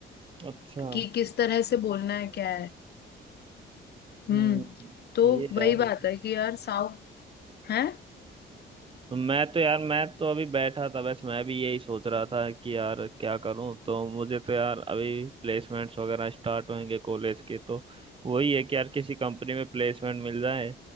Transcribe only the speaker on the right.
अच्छा
हम्म,
सही है
यार
तो मैं तो यार मैं तो अभी बैठा था बस मैं भी यही सोच रहा था कि यार क्या करूं तो मुझे तो यार अभी प्लेसमेंट्स वगैरह स्टार्ट होंगे कॉलेज के तो वही है कि यार किसी कंपनी में प्लेसमेंट मिल जाए